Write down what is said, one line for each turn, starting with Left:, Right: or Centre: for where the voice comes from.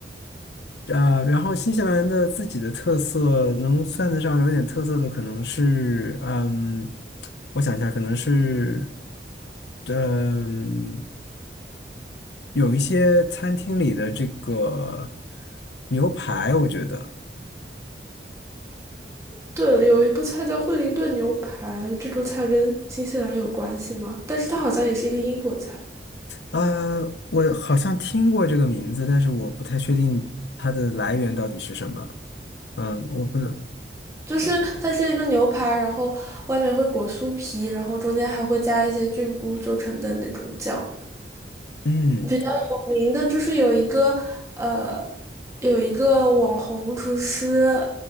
Left: 呃，然后新西兰的自己的特色，能算得上有点特色的，可能是，嗯，我想一下，可能是，嗯，有一些餐厅里的这个牛排，我觉得，
Right: 对了，有一部菜叫惠灵顿牛排，这道菜跟新西兰有关系吗？但是它好像也是一个英国菜，
Left: 呃，我好像听过这个名字，但是我不太确定它的来源到底是什么。嗯，我不能，
Right: 就是它是一个牛排，然后外面会裹酥皮，然后中间还会加一些菌菇做成的那种酱。
Left: 嗯，
Right: 比较有名的就是有一个呃，有一个网红厨师，